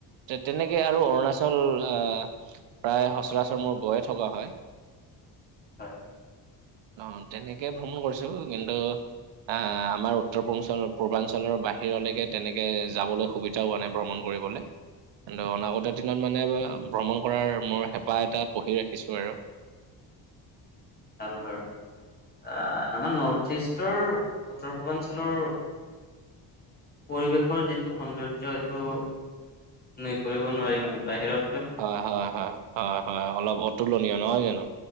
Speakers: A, on the right; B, on the left.
A: তেনেকে আৰু অৰুণাচল আহ প্ৰায় সচৰাচৰ মোৰ গৈয়ে থকা হয়।
B: হয়।
A: অ তেনেকে ভ্ৰমণ কৰিছো কিন্তু। আহ আমাৰ উত্তৰ পূৰ্বঞ্চল-পূৰ্বাঞ্চলৰ বাহিৰলৈকে তেনেকে যাবলৈ সুবি <unintelligible> নাই ভ্ৰমণ কৰিবলে। কিন্তু অনাগত দিনত মানে ভ্ৰমণ কৰাৰ মোৰ হেঁপাহ এটা পহি ৰাখিছোঁ আৰু।
B: ভাল বাৰু। অ আমাৰ নৰ্থ-ইষ্টৰ উত্তৰ পূৰ্বাঞ্চলৰ পৰিৱেশৰ যিটো সৌন্দৰ্য এইটো- নই কৰিব নোৱাৰি মানে বাহিৰত।
A: হয়, হয়, হয়, হয়, হয় অলপ অতুলনীয় নহয় জানো।